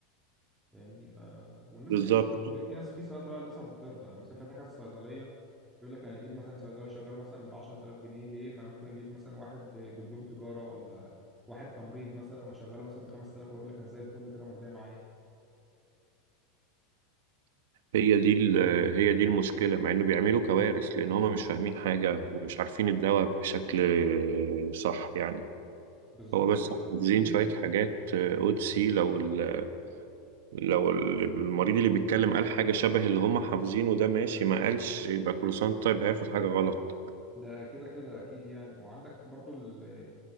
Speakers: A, in the centre; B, on the right.
A: فاهمني ف والناس
B: بالظبط
A: في ناس يعني في ناس في صيادله بقى للاسف بترضى يعني مثلا فاتح كذا صيدليه يقول لك انا اجيب مثلا صيدلي اشغله مثلا ب 10000 جنيه ليه ما انا ممكن اجيب مثلا واحد دبلوم تجاره ولا واحد تمريض مثلا واشغله مثلا ب 5000 ويقول لك انا زي الفل كده مرضيه معايا
B: هي دي ال- هي دي المشكله مع انه بيعملوا كوارث لان هم مش فاهمين حاجه ومش عارفين الدواء بشكل صح يعني
A: بالظبط
B: هو بس حافظين
A: مم.
B: شويه حاجات او تي سي لو ال- لو ال- المريض اللي بيتكلم قال حاجه شبه اللي هم حافظينه ده ماشي ما قالش يبقى كل سنه طيب هياخد حاجه غلط
A: ده كده كده اكيد يعني وعندك برضو ال-